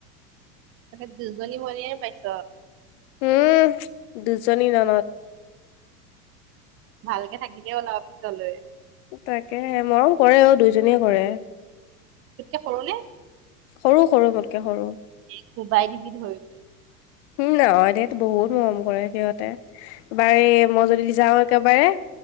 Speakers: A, on the right; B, on the left.
A: তাকে দুজনী ভনীয়ে পাইছ।
B: উমঁ দুজনী নন'ত।
A: ভালকে থাকিবি অ তই পিছলৈ।
B: তাকেহে, মৰম কৰে অ দুইজনীয়ে কৰে।
A: তো'তকে সৰু নে?
B: সৰু-সৰু মোতকে সৰু।
A: এই কোবাই দিবি ধৰি
B: উমঁ, নহয় দে। বহুত মৰম কৰে সিহঁতে। বাৰু এই মই যদি যাওঁ একেবাৰে-